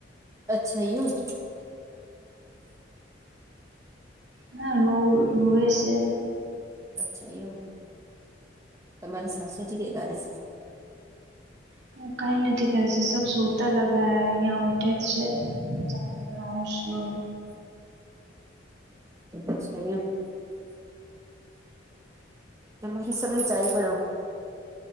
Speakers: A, on the right (about 15°); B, on the right (about 65°).
A: અચ્છા એવું!
B: ના રો રોવે સે.
A: અચ્છા એવું, તમારી સાસુજી કઈ કરે?
B: હું કાઈ નથી કરતી સબ સોતા લગા આ અયાં ઉઠે. છે. હું ચણા. <inaudible>
A: અચ્છા એમ! તમારી સારુ ચાય. <unintelligible>